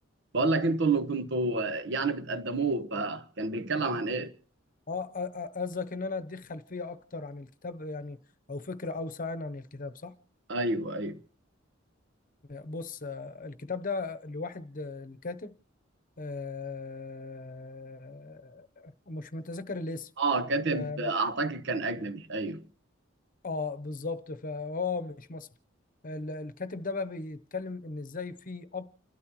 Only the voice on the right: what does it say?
بقول لك انتوا اللي كنتوا يعني بتقدموه فكان بيتكلم عن ايه
ايوه ايوه
اه كاتب
اعتقد كان اجنبي ايوه